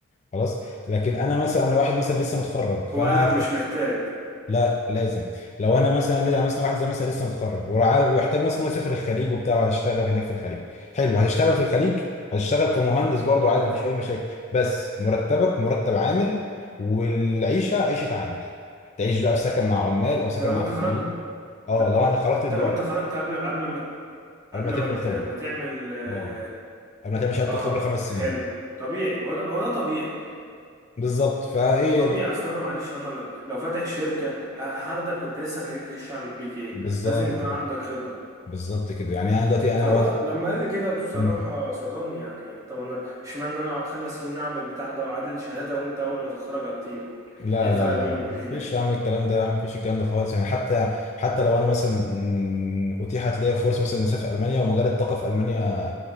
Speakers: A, on the left (about 30°); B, on the right (about 15°).
A: خلاص لكن انا مثلا انا واحد مثلا لسه متخرج فانا
B: هو قال لي أنا مش محتاج
A: لا لازم لو انا مثلا يعني مثلا واحد زي مثلا لسه متخرج ورع- واحتاج مثلا هو يسافر الخليج وبتاع وهتشتغل هناك في الخليج حلو هتشتغل في الخليج هتشتغل كمهندس برضه عادي مفيش اي مشاكل بس مرتبك مرتب عامل والعيشه عيشه عامل هتعيش بقى في سكن مع عمال او سكن
B: ده لو
A: مع
B: أنت
A: فنيين
B: خرجت
A: اه
B: ده
A: لو انا خرجت
B: ده
A: دلوقتي
B: لو انت خرجت قبل قبل ما قبل
A: قبل ما تم
B: ما ت...
A: الخبره
B: ما تعمل اه
A: اه قبل ما تعمل شهاده
B: آه،
A: الخبره خمس سنين
B: حلو طبيعي هو ده هو ده طبيعي
A: بالظبط فايه
B: ما هو ما هو طبيعي اصل انا معلش انا لو لو فاتح شركه ه- هاخدك كنت لسه خريج فريش اعمل بيك ايه
A: بالظبط
B: لازم يكون عندك
A: كده
B: خبره
A: بالظبط كده يعني انا دلوقتي انا
B: فهو لما قال لي كده بصراحه
A: دلوقتي
B: صدمني يعني طب انا اشمعنى انا اقعد خمس سنين اعمل بتاع ده واعادل شهاده وانت اول ما تتخرج هتطير
A: لا
B: ايه الفرق
A: لا لا
B: بينه وما بينك
A: مفيش يا عم الكلام ده يا عم مفيش الكلام ده خالص يعني حتى حتى لو انا مثلا مم، اتيحت ليا فرصه مثلا إني اسافر المانيا ومجال الطاقه في المانيا